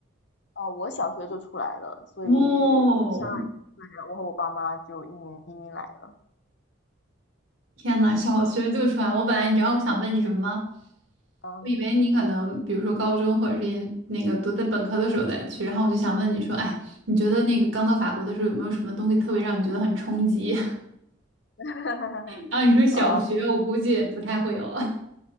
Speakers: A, on the left; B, on the right.
A: 呃，我小学就出来了，所以
B: 哇哦，
A: 就相当于是我和我爸妈就移民移民来了，
B: 天呐，小学就出来！我本来你知道我想问你什么吗？
A: 嗯，
B: 我以为你可能比如说高中或者是研那个读在本科的时候再去，然后我就想问你说，哎，你觉得那个刚到法国的时候有没有什么东西特别让你觉得很冲击？
A: <laughs>
B: <laughs> 然后你说小学，
A: 呃，
B: 我估计不太会有了。